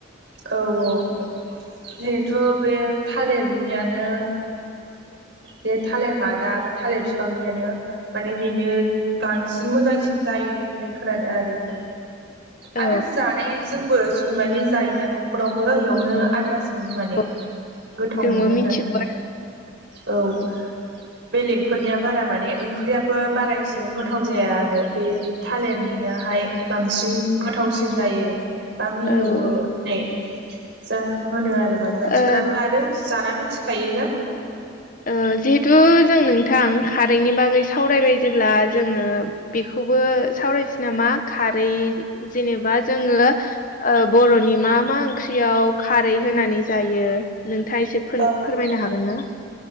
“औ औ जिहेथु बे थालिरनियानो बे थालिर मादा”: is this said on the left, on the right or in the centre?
Right